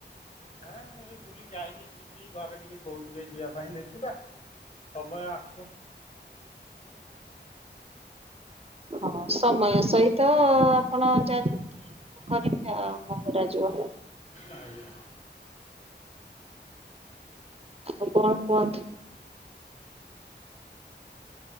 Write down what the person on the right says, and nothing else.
ହଁ ସମୟ ସହିତ ତ ଆପଣ ଯାହା ଯେମିତି କରିବେ ଆଉ କଣ କରାଯିବ।
ଆଉ କଣ କୁହନ୍ତୁ?